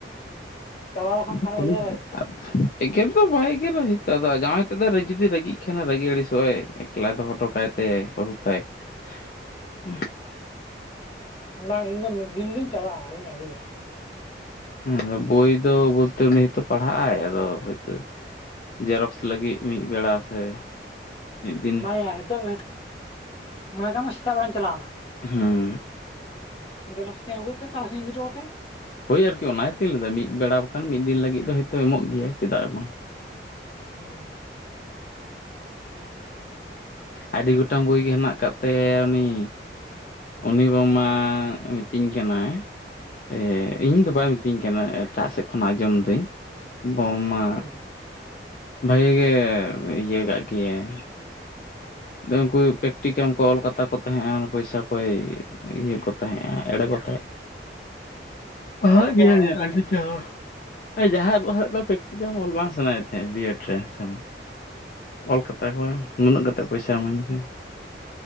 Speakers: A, on the left; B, on the left.
A: ᱪᱟᱞᱟᱣ ᱞᱮᱠᱷᱟᱱ
B: <unintelligible>
A: ᱛᱟᱦᱚᱞᱮ ᱤᱭᱟᱹᱨᱮ ᱥᱮ
B: ᱮᱜᱮᱨ ᱫᱚ ᱵᱟᱭ ᱮᱜᱮᱨᱟᱭ ᱦᱚᱭᱤᱛᱚᱜ ᱟᱫᱚ ᱡᱟᱣᱟᱸᱭ ᱦᱤᱛᱟᱭ ᱫᱚ ᱡᱩᱫᱤ ᱨᱟᱹᱜᱤᱜ ᱠᱷᱟᱱᱟ ᱨᱟᱹᱜᱤ ᱟᱹᱲᱤᱥᱚᱜᱼ ᱟᱭ ᱮᱠᱞᱟ ᱫᱚ ᱦᱞᱦᱚᱴᱚᱠᱟᱭᱛᱮ ᱟᱭ ᱵᱚᱦᱩᱯᱟᱭ <unintelligible>
A: ᱵᱟᱝ ᱤᱧᱫᱚ ᱢᱤᱫ ᱫᱤᱱ ᱞᱤᱧ ᱪᱟᱞᱟᱜᱼᱟ ᱟᱨᱤᱧ ᱟᱹᱜᱩᱭᱟ
B: ᱦᱮᱸ ᱟᱫᱚ ᱵᱳᱭ ᱫᱚ ᱵᱚᱞᱛᱮ ᱩᱱᱤ ᱦᱚᱭᱛᱳ ᱯᱟᱲᱦᱟᱜ ᱟᱭ ᱟᱫᱚ ᱦᱚᱭᱛᱳ ᱡᱮᱨᱚᱠᱥ ᱞᱟᱹᱜᱤᱫ ᱢᱤᱫ ᱵᱮᱲᱟ ᱥᱮ ᱢᱤᱫ ᱫᱤᱱ
A: ᱵᱟᱭ ᱱᱤᱛᱚᱜ ᱢᱮ ᱛᱟᱜ ᱢᱟ ᱥᱮᱛᱟᱜ ᱵᱮᱲᱟᱧ ᱪᱟᱞᱟᱣᱱᱟ
B: ᱦᱮᱸ
A: ᱡᱮᱨᱚᱨᱥ ᱛᱮ ᱟᱹᱜᱩᱭᱛᱮ ᱛᱟᱨᱟᱥᱤᱸᱧ ᱤᱫᱤᱴᱚ ᱠᱟᱛᱮ
B: ᱦᱳᱭ ᱟᱨᱠᱤ ᱚᱱᱟᱭ ᱛᱤᱧ ᱞᱮᱫᱟ ᱢᱤᱫ ᱵᱮᱲᱟ ᱵᱟᱠᱷᱟᱱ ᱢᱤᱫ ᱫᱤᱱ ᱞᱟᱹᱜᱤᱫ ᱫᱚ ᱦᱚᱭᱛᱚ ᱮᱢᱚᱜ ᱜᱮᱭᱟ ᱪᱮᱫᱟᱜ ᱵᱟᱝ
A: ᱦᱮᱸ
B: ᱟᱹᱰᱤ ᱜᱚᱴᱟᱝ ᱵᱳᱭ ᱜᱮ ᱢᱮᱱᱟᱜ ᱠᱟᱫ ᱛᱟᱭᱟ ᱩᱱᱤ ᱩᱱᱤ ᱵᱟᱝᱢᱟ ᱢᱤᱛᱟᱹᱧ ᱠᱟᱱᱟᱭ ᱮ ᱤᱧ ᱫᱚ ᱵᱟᱭ ᱢᱤᱛᱟᱹᱧ ᱠᱟᱱᱟ ᱮᱴᱟᱜ ᱥᱮᱫ ᱠᱷᱚᱱᱟᱧ ᱟᱸᱡᱚᱢ ᱫᱟᱹᱧ ᱵᱟᱝ ᱢᱟ
A: ᱦᱩᱸ
B: ᱵᱷᱟᱜᱤ ᱜᱮ ᱤᱭᱟᱹ ᱠᱟᱜ ᱜᱮᱭᱟᱭ ᱩᱱᱠᱩ ᱯᱮᱠᱴᱤᱠᱢ ᱠᱚ ᱚᱞ ᱠᱟᱛᱟ ᱠᱚ ᱛᱟᱦᱮᱸᱜᱼᱟ ᱯᱚᱭᱥᱟ ᱠᱚᱭ ᱤᱭᱟᱹ ᱠᱚ ᱛᱟᱦᱮᱸᱜᱼᱟ ᱮᱲᱮ ᱠᱚ ᱯᱟᱦᱟᱜ
A: ᱚᱠᱚᱭ ᱛᱟᱠᱚ
B: ᱜᱮᱭᱟᱭ
A: ᱟᱵᱚ ᱛᱟᱠᱚ
B: ᱟᱹᱰᱤ ᱪᱮᱦᱟ ᱡᱟᱦᱟᱸᱭᱵ ᱯᱨᱮᱠᱴᱤᱠᱮᱞ ᱚᱞ ᱵᱟᱝ ᱥᱟᱱᱟᱭᱮᱫ ᱛᱟᱦᱮᱸ ᱵᱤᱭᱮᱰ ᱨᱮ ᱥᱮ
A: ᱦᱩᱸ
B: ᱚᱞ ᱠᱟᱛᱟ ᱠᱚᱣᱟ ᱱᱩᱱᱟᱹᱜ ᱠᱟᱛᱮ ᱮ ᱯᱚᱭᱥᱟ ᱤᱢᱟᱹᱧ ᱯᱮ